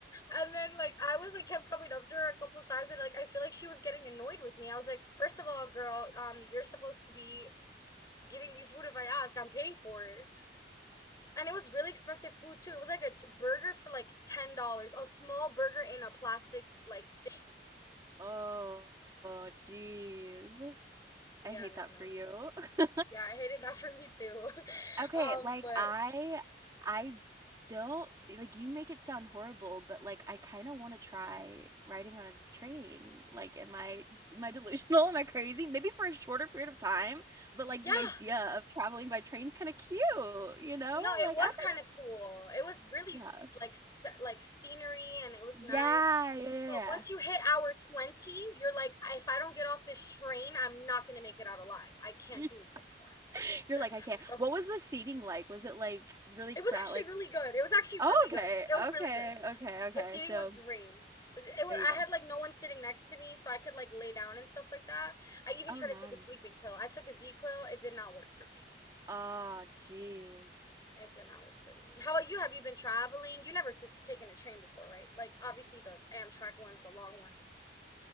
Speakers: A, on the left; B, on the right.
A: And then like I was like kept coming up to her a couple times and like I feel like she was getting annoyed with me. I was like, first of all, girl, um, you're supposed to be giving me food if I ask. I'm paying for it. And it was really expensive food too. It was like a t- burger for like ten dollars, a small burger in a plastic like thing.
B: Oh, jeez.
A: Yeah,
B: I hate
A: no,
B: that
A: no,
B: for
A: no.
B: you. <laughs>
A: Yeah, I hated that <laughs> for me too. <laughs>
B: Okay,
A: Um,
B: like,
A: but
B: I I don't like, you make it sound horrible, but, like, I kinda wanna try riding on a train. Like, am I am I delusional? <laughs> Am I crazy? Maybe for a shorter period of time, but,
A: yeah,
B: like, the idea of traveling by train's kinda cute, you know?
A: no, it
B: Like,
A: was
B: I
A: kind
B: don't
A: of cool. It was really
B: Yeah.
A: s- like se- like scenery and it was
B: Yeah,
A: nice.
B: yeah,
A: But
B: yeah.
A: once you hit hour 20, you're like, if I don't get off this train, I'm not going to make it out alive. I can't
B: yeah.
A: do this anymore. <laughs>
B: <laughs> You're
A: It
B: like,
A: was
B: "I can't."
A: so,
B: What was the seating like? Was it, like, really
A: it
B: crow
A: was actually
B: like
A: really good. It was actually
B: Oh,
A: really good.
B: okay,
A: It was
B: okay,
A: really good.
B: okay, okay,
A: The seating
B: so
A: was great. This- It was,
B: There you
A: I
B: go.
A: had like no one sitting next to me, so I could like lay down and stuff like that. I even
B: Oh,
A: tried
B: nice.
A: to take a sleeping pill. I took a Z-Quil. It did not work for me.
B: Ah, jeez.
A: It did not work for me. How about you? Have you been traveling? You never took taken a train before, right? Like obviously the Amtrak ones, the long ones.